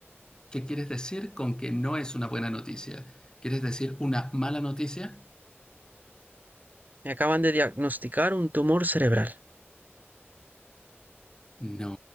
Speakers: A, on the left (about 15°); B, on the right (about 40°).
A: ¿Qué quieres decir con que no es una buena noticia? ¿Quieres decir una mala noticia?
B: Me acaban de diagnosticar un tumor cerebral.
A: No.